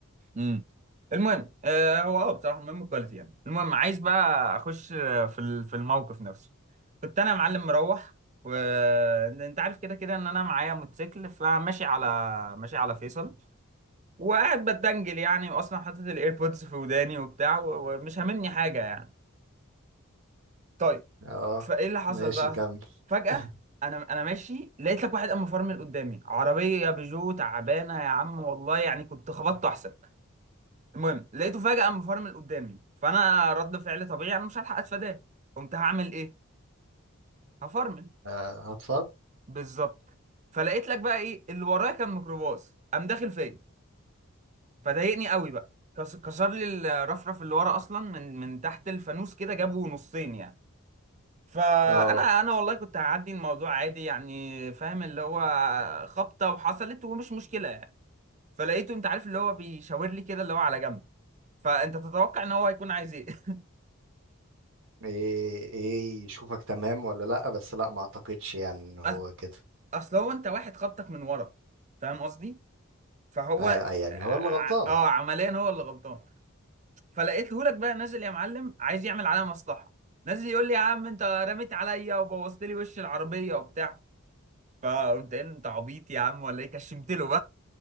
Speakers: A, on the right (about 35°); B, on the right (about 65°).
A: امم المهم آه هو اه بصراحة المهم الكواليتي يعني المهم عايز بقى أخش آه، في ال- في الموقف نفسه كنت أنا يا معلم مروح وأنت عارف كده كده إن أنا معايا موتوسيكل فماشي على ماشي على فيصل وقاعد بتدنجل يعني وأصلا حاطط الإيربودز في وداني وبتاع و- ومش هاممني حاجة يعني طيب
B: اه
A: فايه اللي حصل
B: ماشي
A: بقى
B: كمل
A: فجأة
B: <laughs>
A: انا انا ماشي لقيت لك واحد قام مفرمل قدامي عربية بيجو تعبانة يا عم والله يعني كنت خبطته احسن المهم لقيته فجأة قام مفرمل قدامي فانا رد فعل طبيعي انا مش هلحق اتفاداه قمت هعمل ايه هفرمل
B: آه هتفرم
A: بالظبط فلقيت لك بقى ايه اللي ورايا كان ميكروباص قام داخل فيا فضايقني قوي بقى كس- كسر لي الرفرف اللي ورا اصلا من من تحت الفانوس كده جابه نصين يعني فانا
B: اه
A: انا والله كنت هعدي الموضوع عادي يعني فاهم اللي هو خبطه وحصلت ومش مشكله يعني فلقيته انت عارف اللي هو بيشاور لي كده اللي هو على جنب فانت تتوقع ان هو هيكون عايز ايه <laughs>
B: ايه ايه يشوفك تمام ولا لا بس لا ما اعتقدش يعني ان هو
A: أص-
B: كده
A: اصل هو انت واحد خبطك من ورا فاهم قصدي فهو
B: آه آه، يعني
A: ع-
B: هو اللي غلطان
A: اه عمليا هو اللي غلطان فلقيته لك بقى نازل يا معلم عايز يعمل عليا مصلحه نازل يقول لي يا عم انت رميت عليا وبوظت لي وش العربيه وبتاع فقمت قايل له انت عبيط يا عم ولا ايه كشمت له